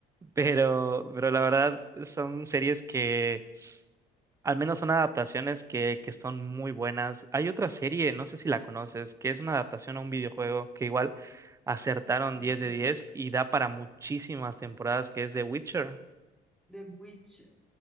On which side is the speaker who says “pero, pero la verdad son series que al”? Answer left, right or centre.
Right